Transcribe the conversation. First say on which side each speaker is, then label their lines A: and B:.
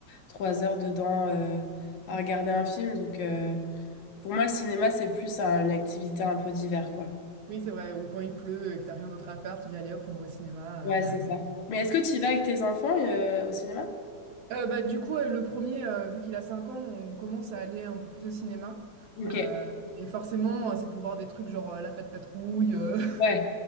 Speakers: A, on the left (about 75°); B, on the right (about 60°).
A: trois heures dedans euh, à regarder un film. Donc, euh, pour moi, le cinéma, c'est plus un- une activité un peu d'hiver, quoi.
B: Oui, c'est vrai, ou quand il pleut et que t'as rien d'autre à faire, tu dis, allez hop, on va au cinéma.
A: Ouais,
B: euh,
A: c'est ça. Mais est-ce que tu y vas avec tes enfants euh, au cinéma?
B: Euh, bah, du coup, ouais, le premier, euh, vu qu'il a 5 ans, on commence à aller un peu plus au cinéma.
A: Ok.
B: Euh, et forcément, euh, c'est pour voir des trucs genre euh, La Patte Patrouille. euh. <laughs>
A: Ouais.